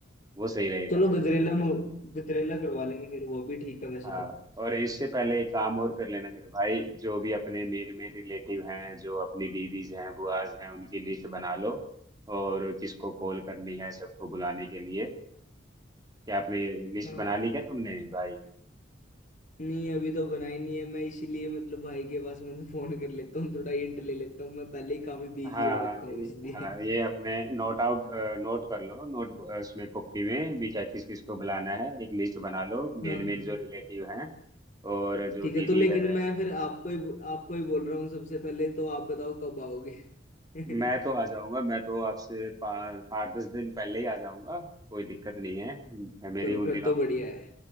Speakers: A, on the right (about 20°); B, on the left (about 40°).
A: वो सही रहेगा
B: चलो गजरेला में गजरेला करवा लेंगे फिर वो भी ठीक है वैसे
A: हाँ
B: तो
A: और इससे पहले एक काम और कर लेना मेरे भाई जो भी अपने मेन मेन रिलेटिव हैं जो अपनी दीदीज हैं बुआज हैं उनकी लिस्ट बना लो और किसको कॉल करनी है सबको बुलाने के लिए क्या आपने लिस्ट
B: हाँ
A: बना
B: हाँ
A: ली क्या तुमने भाई
B: नहीं अभी तो बनाई नहीं है मैं इसीलिए मतलब भाई के पास मैं फोन कर लेता हूँ थोड़ा हिंट ले लेता हूँ मैं पहले ही काफी बिजी
A: हाँ
B: हो रखा
A: ये-
B: हूँ इसलिए
A: हाँ ये अपने नोट आउट नोट कर लो नोट उसमें कॉपी में भी क्या किस किस को बुलाना है एक लिस्ट बना लो मेन
B: हाँ हाँ।
A: मेन जो रिलेटिव हैं और जो
B: ठीक
A: दीदी
B: है तो लेकिन
A: है
B: मैं फिर आपको ही आपको ही बोल रहा हूँ सबसे पहले तो आप बताओ कब आओगे <laughs>
A: मैं तो आ जाऊंगा मैं तो आपसे पाँच आठ दस दिन पहले ही आ जाऊंगा कोई दिक्कत नहीं है मेरी
B: चलो
A: उन
B: फिर
A: दिनों
B: तो
A: में
B: बढ़िया है